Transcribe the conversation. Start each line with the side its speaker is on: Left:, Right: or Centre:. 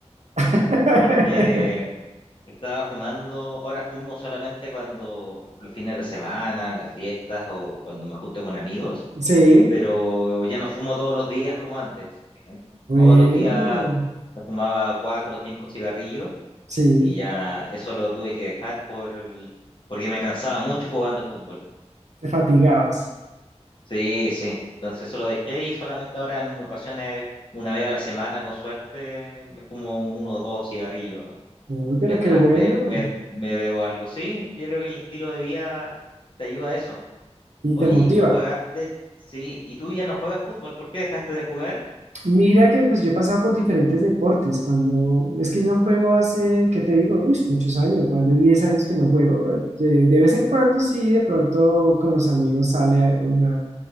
Right: <laughs>
Left: porque Estaba fumando, ahora fumo solamente cuando los fines de semana, en las fiestas o cuando me junto con amigos,
Right: Sí.
Left: pero ya no fumo todos los días como antes. ¿eh?
Right: Bueno,
Left: Todos los días me fumaba cuatro o cinco cigarrillos
Right: sí.
Left: y ya eso lo tuve que dejar por el- porque me cansaba mucho jugando fútbol.
Right: Te fatigabas.
Left: Sí, sí. Entonces eso lo dejé y solamente ahora en ocasiones, una vez a la semana con suerte, me fumo uno o dos cigarrillos.
Right: Uy, pero
Left: mientras
Right: qué bueno.
Left: me, me, me bebo algo. Sí, yo creo que el estilo de vida te ayuda a eso.
Right: Y
Left: Oye,
Right: te motiva.
Left: ¿y tú juegas? de- Sí, ¿y tú ya no juegas fútbol? ¿Por qué dejaste de jugar?
Right: Mira que pues yo he pasado por diferentes deportes. Cuando es que yo no juego hace, ¿qué te digo? Uy, muchos años, más de 10 años que no juego. Eh, De, de vez en cuando sí, de pronto con los amigos sale a una,